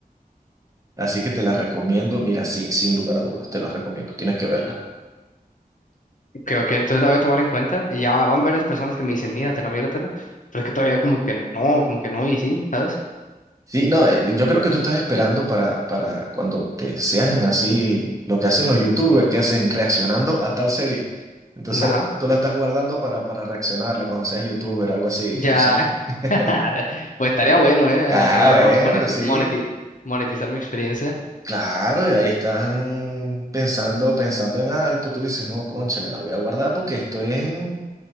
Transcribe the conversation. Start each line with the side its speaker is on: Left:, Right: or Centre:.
Right: Así que te la recomiendo, mira, sí, sin lugar a dudas, te la recomiendo, tienes que verla.
Left: Ok, ok. Entonces la voy a tomar en cuenta. Y ya van varias personas que me dicen, míratela, míratela. Pero es que todavía como que no, como que no, y sí, ¿sabes?
Right: Sí, no, eh, yo creo que tú estás esperando para, para cuando te sean así lo que hacen los youtubers, que hacen reaccionando a tal serie. Entonces
Left: Ajá.
Right: a lo mejor tú la estás guardando para, para reaccionarla cuando seas youtuber, algo así,
Left: Ya.
Right: tú sabes. <laughs>
Left: <laughs> Pues estaría bueno, ¿eh?
Right: Ah,
Left: De perdido
Right: bueno,
Left: mon- moneti-
Right: sí.
Left: moneti- monetizar mi experiencia.
Right: Claro, y ahí están pensando, pensando en alto. Tú dices, no, cónchale, la voy a guardar porque estoy en